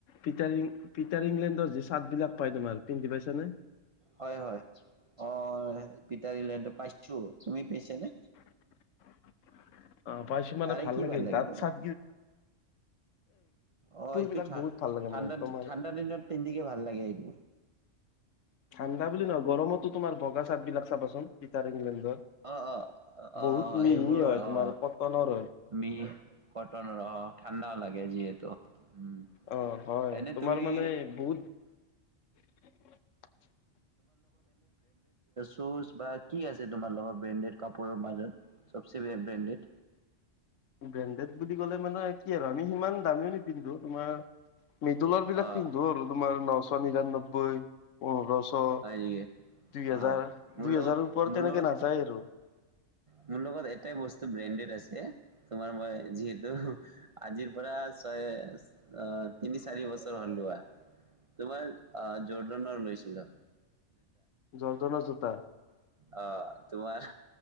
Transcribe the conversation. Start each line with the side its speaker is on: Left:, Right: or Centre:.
Left: পিটাৰ পিটাৰ ইংলেণ্ডৰ যি চাৰ্ট বিলাক পাই তোমাৰ পিন্ধি পাইছা নে।
Right: হয় হয় অ' পিটাৰ ইংলেণ্ডৰ পাইছো তুমি পাইছ নে
Left: <inaudible> অ' পাইছো মানে
Right: তাৰে
Left: ভাল
Right: কি
Left: লাগে তাত
Right: তোমাক
Left: চাট
Right: অ, এইটো
Left: বিলাক
Right: ঠা-
Left: বহুত ভাল লাগে
Right: ঠাণ্ডা
Left: মানে তোমাৰ
Right: - ঠাণ্ডা দিনত পিন্ধিকে ভাল লাগে এইটো।
Left: ঠাণ্ডা বুলি নহয় গৰমতো তোমাৰ বগা চাৰ্টবিলাক চাবাচোন পিটাৰ ইংলেণ্ডৰ
Right: অ' অ' অ'
Left: বহুত মিহি
Right: এইবোৰ
Left: হয় তোমাৰ
Right: অ'
Left: কটনৰ হয়
Right: নি কটনৰ অ, ঠাণ্ডাও লাগে যিহেতু উম
Left: অ হয়
Right: এনে
Left: তোমাৰ
Right: তুমি
Left: মানে বহুত <inaudible>
Right: চুজ বা কি আছে তোমাৰ লগত ব্ৰেণ্ডেত কাপোৰৰ মাজত চবচে ব্ৰেণ্ডেড?
Left: ব্ৰেণ্ডেড বুলি ক'লে মানে কি আৰু আমি সিমান দামীও নিপিন্ধো তোমাৰ মৃদুলৰ বিলাক
Right: অ'
Left: পিন্ধো আৰু তোমাৰ নশ নিৰান্নব্বৈ পোন্ধৰশ অ'
Right: হয় নেকি?
Left: দুই হেজাৰ
Right: অ'
Left: দুই
Right: মোৰ লগত
Left: হেজাৰৰ ওপৰত
Right: মোৰ
Left: তেনেকে
Right: লগত
Left: নাযায় আৰু
Right: মোৰ লগত এটাই বস্তু ব্ৰেণ্ডেত আ তোমাৰ মই যিহেতু আজিৰ পৰা ছয় অ' তিনি চাৰি তিনি বছৰ হল লোৱা তোমাৰ অহ জৰ্ডনাৰ লৈছিলো।
Left: জৰ্ডনৰ জোতা।
Right: অ তোমাৰ